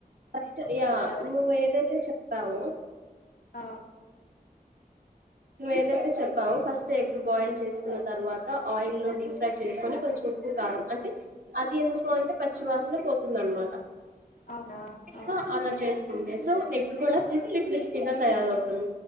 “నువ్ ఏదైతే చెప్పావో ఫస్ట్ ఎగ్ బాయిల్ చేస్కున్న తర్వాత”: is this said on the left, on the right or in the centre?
Right